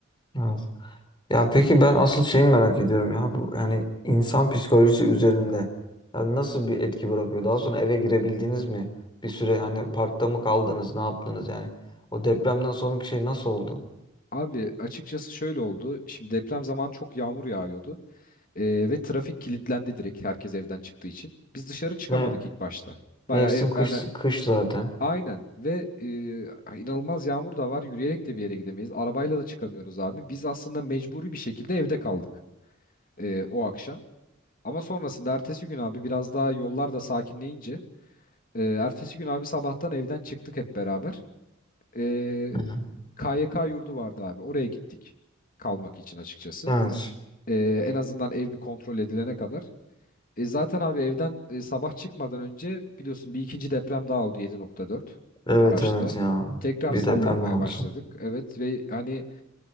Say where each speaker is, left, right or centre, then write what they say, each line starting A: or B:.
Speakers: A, on the left; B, on the left.
A: Evet. Ya peki ben asıl şeyi merak ediyorum ya. Bu yani insan psikolojisi üzerinde yani nasıl bir etki bırakıyor? Daha sonra eve girebildiniz mi? Bir süre hani parkta mı kaldınız? Ne yaptınız yani? O depremden sonraki şey nasıl oldu?
B: Abi açıkçası şöyle oldu. Şimdi deprem zamanı çok yağmur yağıyordu. Ee, ve trafik kilitlendi direkt herkes evden çıktığı için. Biz dışarı çıkamadık
A: Ve
B: ilk başta. Bayağı
A: mevsim
B: ev,
A: kış
B: yani
A: kış zaten.
B: aynen ve e, inanılmaz yağmur da var. Yürüyerek de bir yere gidemeyiz. Arabayla da çıkamıyoruz abi. Biz aslında mecburi bir şekilde evde kaldık e, o akşam. Ama sonrasında ertesi gün abi biraz daha yollar da sakinleyince e, ertesi gün abi sabahtan evden çıktık hep beraber. E,
A: Hı hı.
B: KYK yurdu vardı abi. Oraya gittik kalmak için açıkçası.
A: Evet.
B: E, en azından ev bir kontrol edilene kadar. E, zaten abi evden e, sabah çıkmadan önce biliyorsun bir ikinci deprem daha oldu 7.4
A: Evet
B: Maraş'ta.
A: evet ya.
B: Tekrar
A: Bir
B: sallanmaya
A: deprem daha olsun.
B: başladık. Evet ve hani